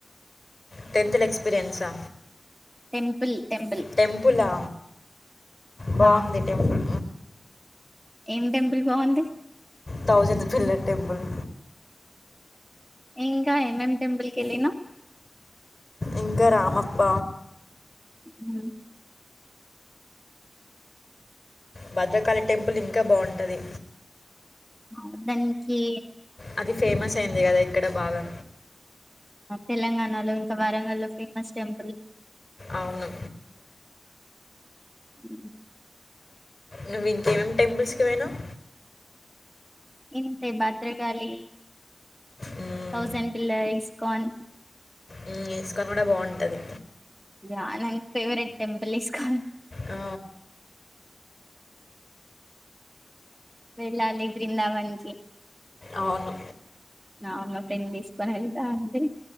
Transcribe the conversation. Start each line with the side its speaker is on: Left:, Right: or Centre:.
Left: టెన్త్ల ఎక్స్పీరియన్సా
Right: టెంపుల్ టెంపుల్
Left: టెంపులా బాగుంది
Right: హా
Left: టెంపుల్
Right: ఏం టెంపుల్ బాగుంది
Left: తౌసంద్ బిళ్ళ టెంపుల్
Right: ఇంకా ఎం ఎం టెంపుల్కిెళ్లినా
Left: ఇంకా రామప్ప
Right: అ
Left: భద్రకాళి టెంపుల్ ఇంకా బాగుంటంది
Right: అర్థానికి
Left: అది ఫేమస్ అయింది కదా ఇక్కడ బాగా
Right: తెలంగాణలో ఇంకా వరంగల్ల్లో ఫేమస్ టెంపుల్
Left: అవును
Right: అ
Left: నువ్వు ఇంకేమేమి టెంపుల్స్ కి పోయినావు
Right: ఇంతే భద్రకాళి
Left: మ్మ్.
Right: థౌసండ్ పిల్లర్స్ ఇస్కాన్
Left: మ్మ్, ఇస్కాన్ కూడా బాగుంటుంది
Right: యా నం ఫేవరెట్ టెంపుల్ ఇస్కాాన్
Left: ఆ
Right: వెళ్ళాలి బృందావన్ కి
Left: అవును
Right: నా అమ్మ ఫ్రెండ్ తీసుకొని వెళ్తా అడి